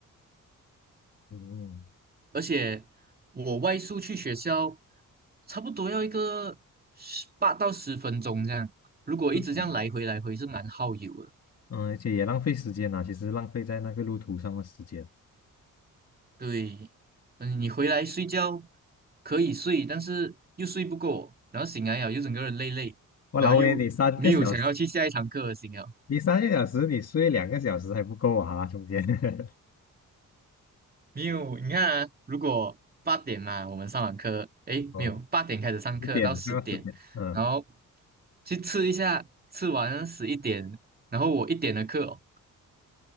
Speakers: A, on the left (about 50°); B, on the right (about 30°).
A: 嗯
B: 而且我外宿去学校差不多要一个十八到十分钟这样，如果一直这样来回来回是蛮耗油的。
A: 嗯，而且也浪费时间呐、其实浪费在那个路途上的时间。
B: 对，嗯，你回来睡觉可以睡，但是又睡不够，然后醒来了又整个人累累，
A: 我老威，
B: 然后又没有想要去下一堂课的心啊。
A: 你三个小时，你三个小时，你睡两个小时还不够啊，中间 <laughs>
B: 没有，你看啊，如果八点嘛，我们上完课，诶，
A: 哦，
B: 没有，八点开始上课到十点，
A: 十点到十点，嗯
B: 然后去吃一下，吃完十一点，然后我一点的课哦